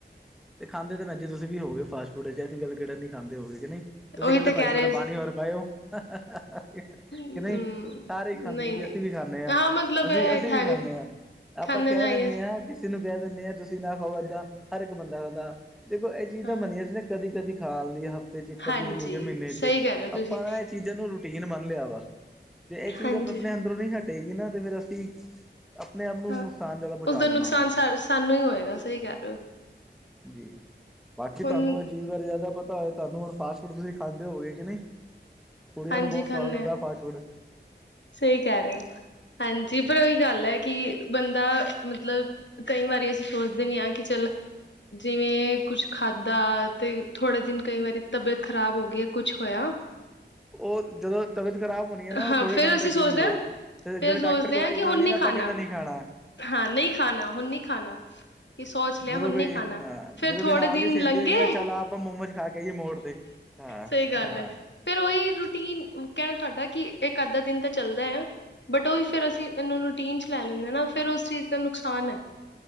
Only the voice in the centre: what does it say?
ਤੇ ਖਾਂਦੇ ਤੇ ਭੈਣਜੀ ਤੁਸੀ ਵੀ ਹੋ ਗਏ, ਫਾਟ-ਫੂਡ ਚ ਅਸੀ ਗੱਲ ਕਿਹੜ ਨੀ ਖਾਂਦੇ ਗਏ ਕਿ ਨਹੀਂ। ਤੁਸੀਂ
ਕਹਿੰਦੇ
ਭਾਜੀ
ਥੋੜਾ,
ਪਾਣੀ ਹੋਰ ਪਾਇਓ ਕਿ
ਨਹੀਂ ਸਾਰੇ ਹੀ ਖਾਂਦੇ
ਜੀ,
ਅਸੀਂ ਵੀ ਖਾਂਦੇ ਹਾਂ
ਅਸੀਂ
ਅਸੀਂ
ਵੀ ਖਾਂਦੇ
ਹਾਂ ਆਪਾਂ
ਕਹਿ
ਦਿੰਦੇ ਹਾਂ। ਕਿਸੇ ਨੂੰ ਕਹਿ ਦਿੰਦੇ ਹਾਂ ਤੁਸੀਂ ਨਾ ਖਾਓ, ਏਦਾਂ ਹਰ ਇੱਕ ਬੰਦਾ ਖਾਂਦਾ ਦੇਖੋ ਇਹ ਚੀਜ਼
ਤਾਂ ਮੰਨੀਆਂ ਸੀ ਨਾ ਕਦੀ ਕਦੀ ਖਾ ਲ ਲਈਏ, ਹਫ਼ਤੇ ਚ ਕਦੀ
ਵਾਰੀ ਹੋ ਗਿਆ, ਮਹੀਨੇ ਚ
ਆਪਾਂ
ਨਾ ਇਹ ਚੀਜ਼। ਚੀਜ਼ਾਂ ਨੂੰ ਰੂਟੀਨ ਮੰਨ ਲਿਆ, ਵਾ ਤੇ ਇਹ ਚੀਜ਼ਾਂ
ਆਪਣੇ ਅੰਦਰੋਂ ਨਹੀਂ ਹਟੇਗੀ ਨਾ ਤੇ ਫਿਰ ਅਸੀਂ ਆਪਣੇ ਆਪ ਨੂੰ
ਨੁਕਸਾਨ ਜ਼ਿਆਦਾ ਪਹੁੰਚਾ
ਲੈਣਾ
ਵਾ
ਜੀ ਬਾਕੀ ਤੁਹਾਨੂੰ
ਇਹ ਚੀਜ਼ ਬਾਰੇ ਜ਼ਿਆਦਾ ਪਤਾ ਹੋ ਤੁਹਾਨੂੰ ਫਾਸਟ ਫੂਡ ਤੁਸੀਂ ਖਾਂਦੇ ਹੋਗੇ ਕਿ ਨਹੀਂ, ਕੁੜੀਆਂ
ਨੂੰ ਬਹੁਤ ਸਵਾਦ
ਲੱਗਦਾ ਫਾਸਟ ਫੂਡ
ਉਹ ਜਦੋਂ ਤਬੀਅਤ ਖਰਾਬ ਹੋਣੀ ਹੈ, ਨਾ ਉਹ
ਥੋੜੇ
ਟਾਈਮ
ਤੱਕ
ਹੀ ਵੀ
ਏ, ਤੇ
ਜਿਹਦੋਂ
ਡਾਕਟਰ ਦਵਾਈ
ਖਾਣੀ
ਨਾ
ਆਪਾਂ ਕਹਿੰਦਾ ਨਹੀਂ ਖਾਣਾ
ਜਦੋਂ
ਕੋਈ
ਹਾਂ
ਜਦੋਂ
ਕੋਈ ਨਾਲ
ਦੀ ਸਹੇਲੀ
ਹੈਗੀ ਨਾ ਚੱਲ ਆਪਾਂ ਮੋਮਜ਼ ਖਾ ਕੇ ਹੀ ਮੋੜ ਤੇ ਹਾਂ,
ਹਾਂ।